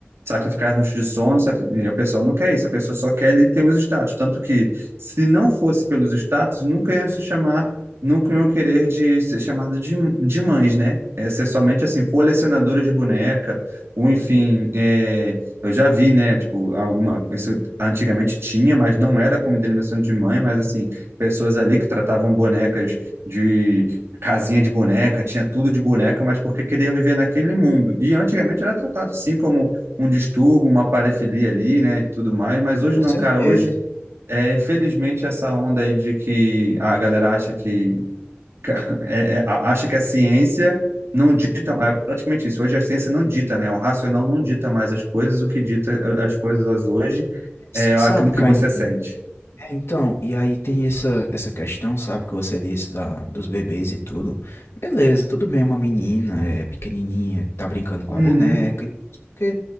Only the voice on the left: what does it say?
Com
certeza.
Assim,
sabe,
Caim?
É, então, e aí tem essa, essa questão, sabe, que você disse da, dos bebês e tudo. Beleza, tudo bem, é uma menina, é pequenininha, tá brincando com
a boneca, porque